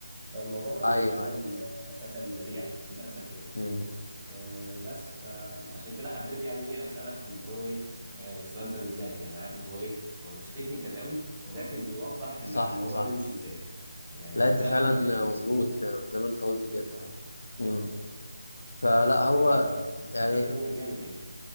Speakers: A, on the right; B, on the left.
A: فالموضوع كان
B: ايوه
A: فشل
B: ايوه
A: فشل ذريع للاسف يعني
B: امم
A: آه، بس فعشان كده حبيت يعني ايه اسالك اللي هو ايه آه، السؤال ده بالذات يعني عارف اللي هو ايه هو مش تكنيكال قوي ولكن بيوضح الع-
B: صح
A: الموضوع
B: صح
A: بيمشي ازاي يعني
B: لا
A: وده
B: انت فعلا
A: اهم تقريبا
B: مظبوط فعلا زي ما انت قلت كده
A: اه
B: امم فلا
A: بس ف...
B: هو
A: فاستفدت
B: يعني
A: منك جامد يعني